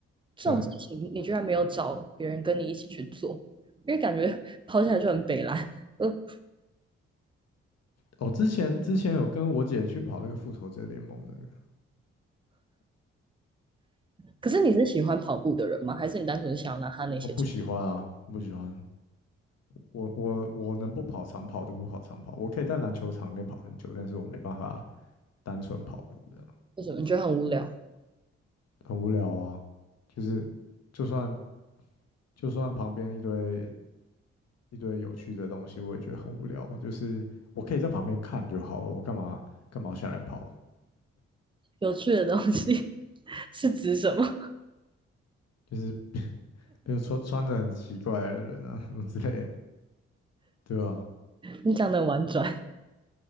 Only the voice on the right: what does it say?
这种事情你居然没有找别人跟你一起去做，
因为感觉跑起来就很北蓝。<laughs> 嗯，
可是你是喜欢跑步的人吗？还是你单纯想要拿他那些种
为什么你觉得很无聊？
有趣的东西 <laughs> 是指什么？
你讲的很婉转。